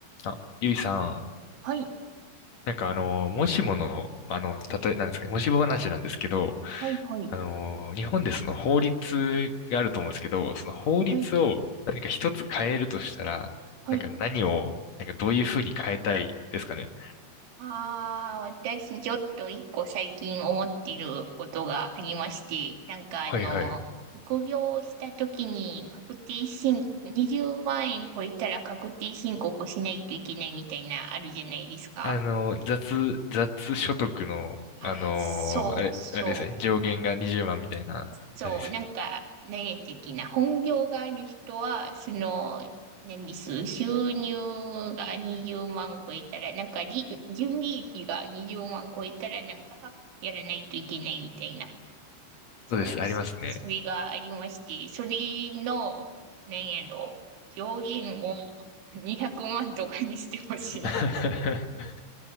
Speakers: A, on the left; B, on the right.
A: あ、ゆいさん、
B: はい。
A: なんかあの、もしもの、あの、たとえ、なんですかね、もしも話なんですけど、
B: はい、はい。
A: あの、日本でその法律があると思うんですけど、その法律を何か一つ変えるとしたら、
B: はい、はい。
A: なんか何を、なんかどういうふうに変えたいですかね。
B: ああ、私ちょっと一個最近思っていることがありまして、なんかあの、
A: はいはい。
B: 副業をした時に確定申、20万円超えたら確定申告しないといけないみたいなあるじゃないですか。
A: あの、雑、雑所得の、
B: あ、
A: あの、
B: そう、
A: あれ、
B: そう。
A: あれですよね、上限が20万みたいな、
B: そう、
A: あれですよ。
B: なんか、何的な、本業がある人は、その、何です、収入が20万超えたら、なんか利、純利益が20万超えたら、なんか、やらないといけないみたいな、そう、
A: そうです、ありますね。
B: それがありまして、それの、何やろ上限を200万とかにしてほしい
A: <laughs>